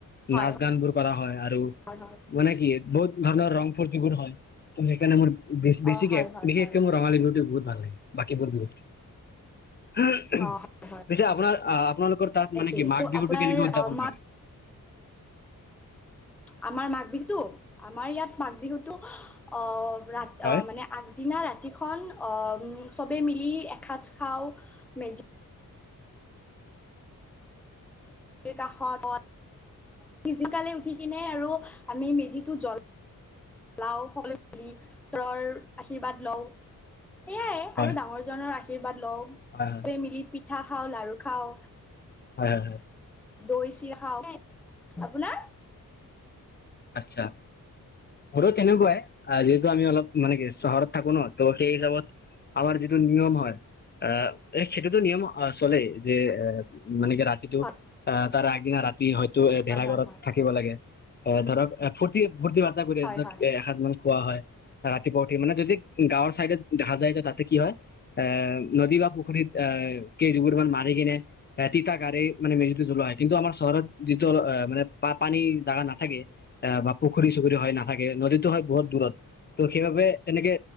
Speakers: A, in the centre; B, on the left.
A: হয়
B: নাচ গান বোৰ কৰা হয় আৰু
A: হয় হয়
B: মানে কি বহুত। ধৰণৰ ৰং ফূৰ্তিবোৰ হয়, ত সেইকাৰণে মোৰ বেছিকে
A: অ হয় হয়
B: বিশেষকে
A: হয় হয়
B: মোৰ ৰঙালী
A: হয়
B: বহুত ভাল লাগে। বাকীবোৰ বিহুত, পিছে
A: অ হয় হয়
B: আপোনাৰ আপোনালোক। তাত
A: একেই
B: মানে কি মাঘ বিহুতটো
A: আপোনাৰ
B: কেনেকে উদযাপন
A: মাক
B: কৰে?
A: আমাৰ মাঘ বিহুতো? আমাৰ ইয়াত মাঘ বিহুতো অ।
B: হয়
A: অ মানে আগদিনা ৰাতি। খন চবেই মিলি এসাঁজ খাওঁ মেজী। কাষত পিছদিনকালে উঠি কিনে আৰু আমি মেজিটো জ্বল। লাওঁ সকলে মিলি তৰৰ আশীৰ্বাদ লওঁ। সেয়াই
B: হয়
A: আৰু ডাঙৰজনৰ আশীৰ্বাদ লওঁ
B: হয় হয়
A: চবে মিলি পিঠা খাওঁ লাৰু খাওঁ।
B: হয়, হয়, হয়।
A: দৈ চিয়া খাওঁ আপোনাৰ।
B: আচ্ছা। আৰু তেনেকুৱাই যিহেতু আমি অলপ মানে কি চহৰত থাকো ন ত' সেই হিচাপত। আমাৰ যিটো নিয়ম হয় আহ এই সেইটোতো নিয়ম চলেই যে এ। মানে কিে ৰাতিটো
A: হয়,
B: আহ তাৰ আগদিনা ৰাতি হয়তো এ ভেলাঘৰত
A: হয়, হয়,
B: থাকিব লাগে। অঁ ধৰক ফূৰ্তি ফূৰ্তি বাৰ্তা কৰি
A: হয়,
B: ধক
A: হয়, হয়,
B: এসাঁজ মান খোৱা হয়। ৰাতিপুৱা উঠি মানে যদি গাঁৱৰ চাইডে দেখা যায় যে তাতে কি হয়। আ নদী বা পোখৰিত কে যুগুৰবান মাৰ কিনে তিগাৰে। মানে মেজিতে জ্বলোৱা হয় কিন্তু আমাৰ চহৰত যিটো অ মানে পানী জাগা নাপ। থাকে আঁহ বা পুখুৰী চুখুৰী হয় নাথাকে নদীতো হয় বহুত দূৰত ত' সেইবাবে তেনেকে